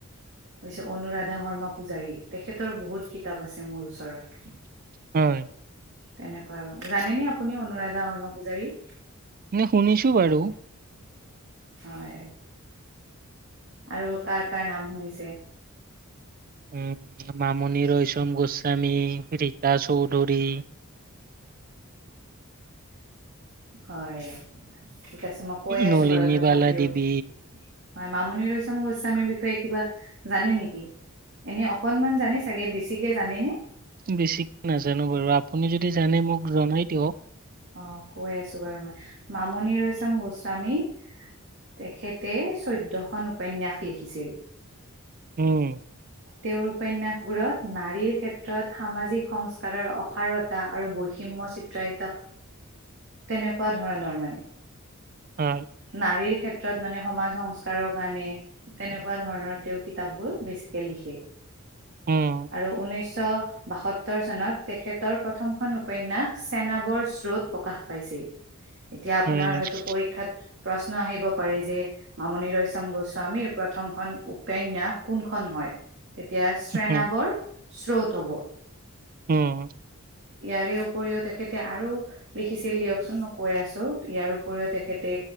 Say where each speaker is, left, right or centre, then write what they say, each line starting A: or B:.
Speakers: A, on the right (about 55°); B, on the right (about 40°).
A: হৈছে অনুৰাধা শৰ্মা পূজাৰী, তেখেতৰ বহুত কিতাপ আছে মোৰ ওচৰত।
B: হয়
A: তেনেকুৱা আৰু। জানেনে আপুনি অনুৰাধা শৰ্মা পূজাৰী?
B: মানে শুনিছোঁ বাৰু।
A: হয়। আৰু কাৰ কাৰ নাম শুনিছে?
B: উম, মামণি ৰয়চম গোস্বামী, ৰীতা চৌধুৰী।
A: হয় ঠিক আছে মই কৈ আছোঁ
B: নলিনী
A: বাৰু তথাপিওঁ।
B: বালা দেৱী
A: হয়, মামণি ৰয়চম গোস্বামীৰ বিষয়ে কিবা জানে নেকি? এনেই অকণমান জানে চাগে, বেছিকে জানেনে?
B: বেছিকে নাজানো বাৰু আপুনি যদি জানে মোক জনাই দিয়ক।
A: অ', কৈ আছোঁ বাৰু মই মামনি ৰয়ছম গোস্বামী তেখেতে চৈধ্য়খনন উপন্যাস লিখিছিল।
B: উম,
A: তেওঁৰ উপন্যাসবোৰত নাৰীৰ ক্ষেত্ৰত সামাজিক সংস্কাৰৰ অসাৰত তা আৰু বৈষম্য চিত্ৰায়িত তেনেকুৱা ধৰণৰ মানে।
B: উম,
A: নাৰীৰ ক্ষেত্ৰত মানে সমাজ সংস্কাৰৰ কাৰণে তেনেকুৱা ধৰণৰ তেওঁ কিতাপ বোৰ বেছিকে লিখে।
B: উম
A: আৰু উঊনৈছশ বাসত্তৰ সত্তৰ চনত তেখেতৰ প্ৰথমখন উপন্যাস চেনাবৰ চ্ৰোত প্ৰকাশ পাইছিল। এতিয়া আপোনাৰ
B: হয় নেকি
A: হয়তো পৰীক্ষাত প্ৰশ্ন আহিব পাৰে যে মামণি ৰয়চম গোস্বামীৰ প্ৰথমখন উপন্যাস কোনখন হয়? এতিয়া শ্ৰেনাবৰ
B: উম
A: চ্ৰোত হব।
B: উম
A: ইয়াৰে উপৰিও তেখেতে আৰু লিখিছিল দিয়কচোন মই কৈ আছোঁ ইয়াৰ উপৰিও তেখেতে